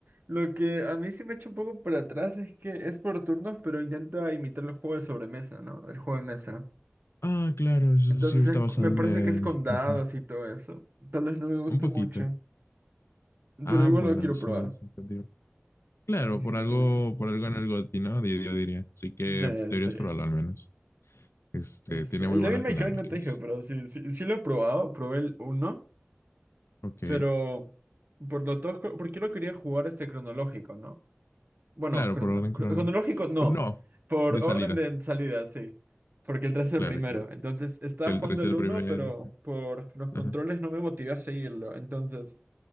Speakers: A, on the right; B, on the left.
A: Lo que a mí sí me echa un poco para atrás es que es por turnos, pero intenta imitar el juego de sobremesa, ¿no? El juego de mesa.
B: Ah, claro, eso
A: Entonces
B: sí está
A: es
B: basado
A: co- me parece
B: en el...
A: que es con dados
B: Ajá,
A: y todo eso. Tal vez no me guste
B: un poquito.
A: mucho,
B: Ah,
A: pero igual
B: bueno,
A: lo quiero
B: eso
A: probar.
B: es entendible. Claro,
A: Definitivamente.
B: por algo, por algo ganó el GOTY, ¿no? Yo, yo diría. Así que
A: Sí,
B: deberías
A: sí.
B: probarlo al menos. Este,
A: Este,
B: tiene muy
A: el
B: buenas
A: Devil May
B: dinámicas.
A: Cry no te dije, pero sí, sí, sí lo he probado. Probé el uno.
B: Ok.
A: Pero por lo tosco, ¿por qué lo quería jugar este cronológico, no? Bueno,
B: Claro,
A: crono-
B: por orden
A: cro-
B: cronológico.
A: cronológico no.
B: No,
A: Por
B: de salida.
A: orden de salida, sí. Porque el 3 es el
B: Claro,
A: primero.
B: claro.
A: Entonces estaba
B: Que
A: jugando
B: el 3
A: el
B: del
A: uno
B: primero.
A: pero por los controles
B: Ajá.
A: no me motivé a seguirlo. Entonces,